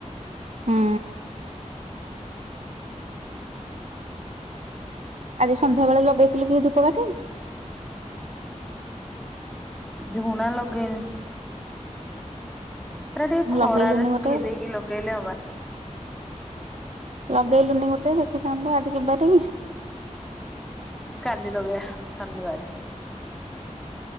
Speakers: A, on the right (about 60°); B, in the centre.
A: ହୁଁ। ଆଜି ସନ୍ଧ୍ୟା ବେଳେ ଲଗେଇଥିଲୁ କି ଧୂପକାଠି?
B: ଝୁଣା ଲଗେଇନି। ସେଟା ଟିକେ ଖରାରେ
A: ଲଗେଇଲୁନି
B: ସୁଖେଇ
A: ଗୋଟେ
B: ଦେଇକି ଲଗେଇଲେ ହବା।
A: ଲଗେଇଲୁନି ଗୋଟେ ଦେଖିଥାନ୍ତୁ ଆଜି କିି ବାରେ କି?
B: କାଲି ଲଗେଇବା ଶନିବାରେ।